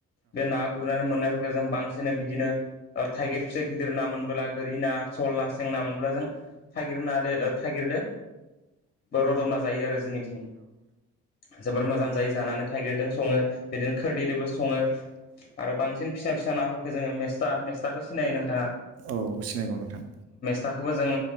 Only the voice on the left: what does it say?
बे ना गुरनानै मोननायफोरखो जों बांसिन बिदिनो ओ थाइगिर फिथाइ गिदिर ना मोनबोला गोरि ना सल ना सेंना मोनब्ला जों थाइगिरनादो थाइगिरदो रदबना जायो आरो जोंनिथिं। जोबोर मोजां जायो जानानै थाइगिरदों सङो बिदिनो खोरदैदोबो सङो आरो बांसिन फिसा फिसा नाफोरखो जोङो मेस्था मेस्थाखो सिनायो नोंथाङा।
थाखोबो जोङो